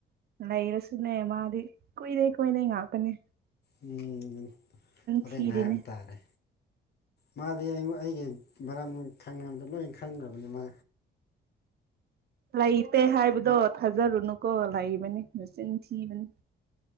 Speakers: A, on the right (about 55°); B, on the left (about 55°).
A: ꯂꯩꯔꯁꯨꯅꯦ ꯃꯥꯗꯤ ꯀꯨꯏꯔꯦ ꯀꯣꯢꯅꯩ ꯉꯥꯛꯇꯅꯤ꯫
B: ꯎꯝ ꯍꯣꯔꯦꯟ
A: ꯊꯤꯔꯤꯅꯦ
B: ꯍꯥꯏꯕ ꯇꯥꯔꯦ ꯃꯥꯗꯤ ꯑꯩꯉꯣ ꯑꯩꯒꯤ ꯃꯔꯝ ꯈꯪꯅꯕꯗ ꯂꯣꯏ ꯈꯪꯒꯔꯕꯅꯤ ꯃꯥ
A: ꯂꯩꯇꯦ ꯍꯥꯏꯕꯗꯣ ꯊꯥꯖꯔꯨꯅꯨꯀꯣ ꯂꯩꯕꯅꯤ ꯃꯆꯤꯟ ꯊꯤꯕꯅꯤ꯫